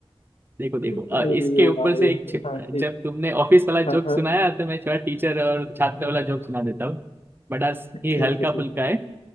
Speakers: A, on the right; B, on the left.
A: देखो देखो अ,
B: भाई
A: इसके ऊपर से एक छ-
B: हाँ ठीक
A: जब तुमने ऑफिस वाला जोक
B: हाँ हाँ
A: सुनाया तो मैं थोड़ा टीचर और छात्र
B: हाँ,
A: वाला जोक सुना देता हूँ बड़ा
B: ठीक
A: ही हल्का
B: है ठीक
A: फुल्का
B: है